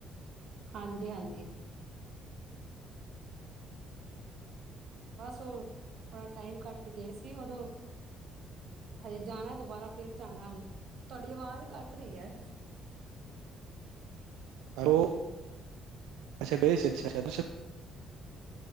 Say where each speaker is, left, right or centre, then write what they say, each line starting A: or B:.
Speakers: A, on the right; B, on the right.
A: ਹਾਂਜੀ ਹਾਂਜੀ। ਬਸ ਉਹ ਥੋੜਾ ਟਾਈਮ ਕੱਟ ਕੇ ਗਏ ਸੀ ਉਦੋਂ, ਹਜੇ ਜਾਣਾ। ਦੁਬਾਰਾ ਫ਼ੇਰ ਜਾਣਾ ਉਹਨਾਂ ਤੁਹਾਡੀ ਆਵਾਜ਼ ਕੱਟ ਰਹੀ ਹੈ।
B: ਉਹ ਅੱਛਾ ਗਏ ਸੀ, ਅੱਛਾ- ਅੱਛਾ।